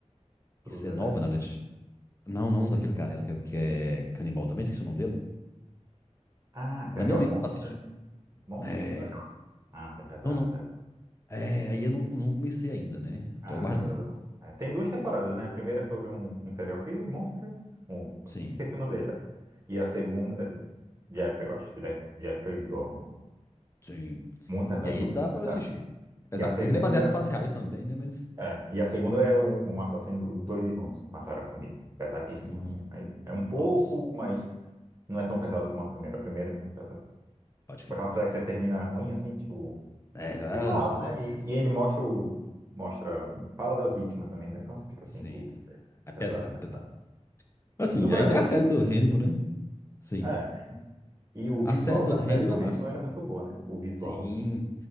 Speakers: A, on the right; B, on the left.
A: Fruta,
B: Isso é nova
A: tá aqui.
B: na Net- Não, não, daquele cara ela que é- que é canibal também, esqueci o nome dele.
A: Ah, que
B: Tá Na
A: é aquela
B: minha lista
A: Monster?
B: pra assistir.
A: Monster?
B: É.
A: Aquela- Ah, é pesado,
B: Não, não.
A: pesado.
B: É, aí eu não, não comecei ainda, né?
A: Cara,
B: Tô aguardando.
A: pesadão. É, tem duas temporadas, né? A primeira é sobre um, um serial killer, Monster. Um,
B: Sim,
A: esqueci o nome dele. E a segunda, é Jeffrey, eu acho. Jeff- Jeffrey Dorman.
B: sim.
A: Muito pesado,
B: E aí
A: muito,
B: tá
A: muito
B: pra
A: pesado.
B: eu assistir. Exato.
A: E a segunda,
B: tem aquele baseado em fatos reais também, né? Mas.
A: é, e a segunda é um, um assassino, dois irmãos que mataram a família. Pesadíssima
B: Hum,
A: também. Mas é um pouco,
B: nossa,
A: mas não é tão pesado como a primeira. A primeira é muito pesada.
B: pode
A: Tipo
B: crer.
A: aquela série que você termina ruim, assim, tipo
B: É, ah,
A: real,
B: meu
A: né?
B: Deus.
A: E, e ele mostra o. Mostra. Fala das vítimas também, tá? Então você fica assim,
B: Sim.
A: putz,
B: É pesado,
A: pesado, pesado.
B: é pesado. Assim,
A: No Brasil
B: aí tem a série
A: que.
B: do Hannibal, né? Sim.
A: É. E o
B: A
A: visual
B: série do
A: da
B: Hannibal
A: série do
B: é massa,
A: Hannibal
B: sim.
A: era muito boa, né? O visual,
B: Sim.
A: assim.